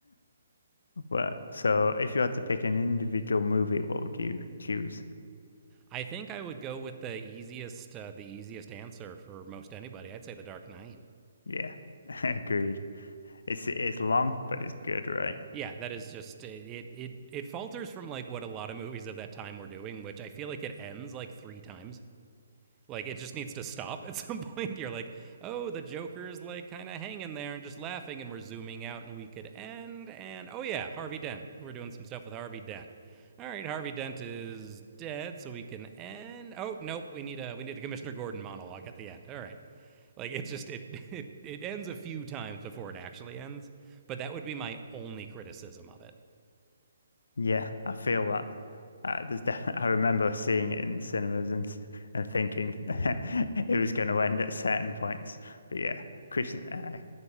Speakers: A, on the left; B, on the right.
A: Well, so if you had to pick an individual movie, what would you choose?
B: I think I would go with the easiest, uh, the easiest answer for most anybody. I'd say The Dark Knight.
A: Yeah, <laughs> agreed. It's it's long, but it's good, right?
B: Yeah, that is just it, it. It it falters from like what a lot of movies of that time were doing, which I feel like it ends like three times Like it just needs to stop at <laughs> some point. You're like, oh, the Joker's like kind of hanging there and just laughing, and we're zooming out, and we could end. And oh yeah, Harvey Dent. We're doing some stuff with Harvey Dent. All right, Harvey Dent is dead, so we can end. Oh nope, we need a we need a Commissioner Gordon monologue at the end. All right, like it's just it <laughs> it it ends a few times before it actually ends. But that would be my only criticism of it.
A: Yeah, I feel that. Uh, there's definitely, <laughs> I remember seeing it in cinemas and s- and thinking <laughs> it was going to end at certain points. But yeah, Christian, uh,